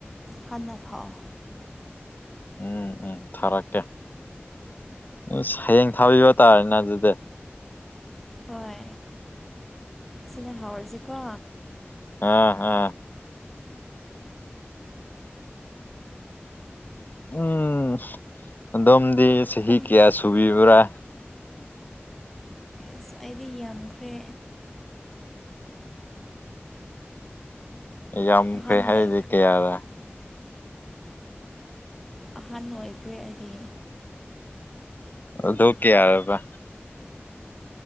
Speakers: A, in the centre; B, on the left.
A: ꯍꯥꯟꯅ ꯐꯥꯎ
B: ꯎꯝ ꯎꯝ ꯊꯥꯔꯛꯀꯦ ꯎ ꯍꯌꯦꯡ ꯊꯥꯕꯤꯕ ꯇꯥꯔꯦꯅꯦ ꯑꯗꯨꯗꯤ
A: ꯍꯣꯏ ꯁꯤꯅ ꯍꯧꯔꯁꯤꯀꯣ
B: ꯑꯥ ꯑꯥ ꯎꯝ ꯑꯗꯣꯝꯗꯤ ꯆꯍꯤ
A: ꯀꯩꯅꯣ
B: ꯀꯌꯥ ꯁꯨꯕꯤꯕ꯭ꯔꯥ
A: ꯑꯦꯁ ꯑꯩꯗꯤ ꯌꯥꯝꯈ꯭ꯔꯦ
B: ꯌꯥꯝꯈ꯭ꯔꯦ
A: ꯑꯍꯟ
B: ꯍꯥꯏꯔꯗꯤ
A: ꯑꯣꯏ
B: ꯀꯌꯥꯔꯦ
A: ꯑꯍꯥꯟꯕ ꯅꯨꯡ ꯑꯣꯏꯈ꯭ꯔꯦ ꯑꯩꯗꯤ
B: ꯑꯗꯨꯣꯛ ꯀꯦ ꯌꯥꯔꯕ